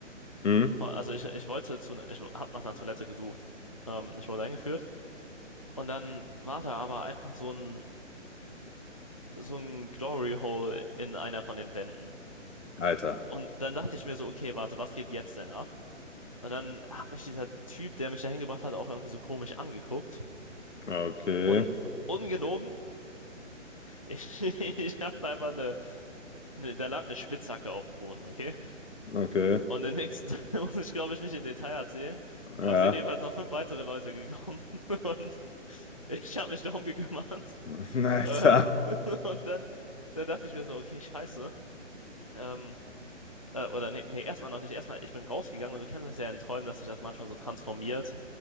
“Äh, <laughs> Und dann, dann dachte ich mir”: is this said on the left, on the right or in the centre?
Left